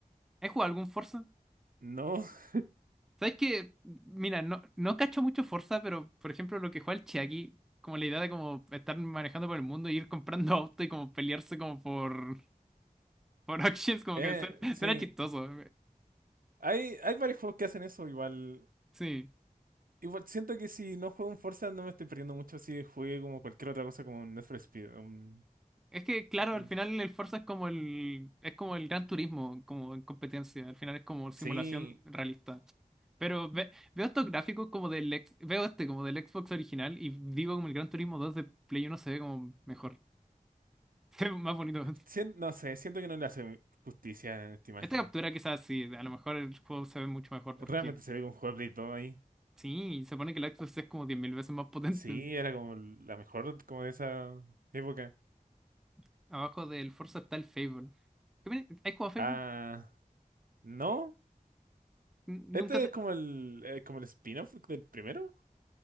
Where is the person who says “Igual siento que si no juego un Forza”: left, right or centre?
Right